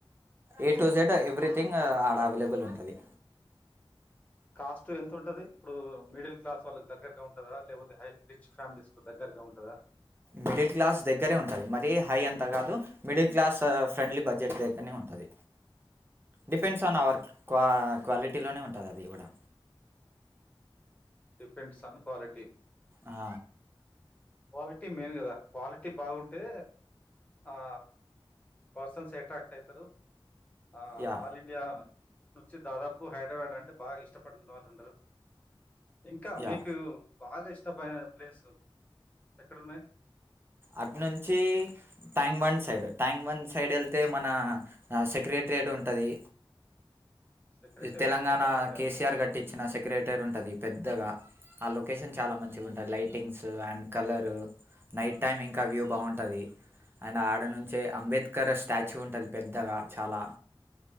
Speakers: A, on the right; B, on the left.
A: ఏ టు జెడ్ ఎవ్రీథింగ్ ఆడ అవైలబుల్ ఉంటుంది
B: కాస్ట్ ఎంత ఉంటది ఇప్పుడు మిడిల్ క్లాస్ వాళ్ళకి దగ్గరగా ఉంటదా లేకపోతే హై రిచ్ ఫ్యామిలీస్ కు దగ్గరగా ఉంటదా
A: మిడిల్ క్లాస్ దగ్గరే ఉంటుంది మరీ హై అంతా కాదు మిడిల్ క్లాస్ ఫ్రెండ్లీ బడ్జెట్ దగ్గరనే ఉంటుంది డిపెండ్స్ ఆన్ అవర్ క క్వాలిటీలోనే ఉంటుంది అది కూడా
B: డిపెండ్స్ ఆన్ క్వాలిటీ
A: ఆ
B: క్వాలిటీ మెయిన్ కదా క్వాలిటీ బాగుంటే ఆ పర్సన్స్ అట్రాక్ట్ అవుతారు ఆ
A: యా
B: ఆల్ ఇండియా నుంచి దాదాపు హైదరాబాద్ అంటే బాగా ఇష్టపడిన వాళ్ళు ఉండరు ఇంకా
A: యా
B: మీకు బాగా ఇష్టం మత్త పైన ప్లేసు ఎక్కడ ఉన్నాయి
A: అటు నుంచి ట్యాంగ్ వన్ సైడ్ ట్యాంగ్ వన్ సైడ్ వెళ్తే మన సెక్రటరియేట్ ఉంటది
B: సెక్రటేరియట్
A: ఇ తెలంగాణ
B: కొత్త కట్టారు
A: కేసీఆర్ కట్టిచ్చిన సెక్రటరీ ఉంటది పెద్దగా ఆ లొకేషన్ చాలా మంచిగా ఉంటాది lightings and colour night time ఇంకా వ్యూ బాగుంటుంది అండ్ ఆడ నుంచే అంబేద్కర్ స్టాచ్యూ ఉంటది పెద్దగా చాలా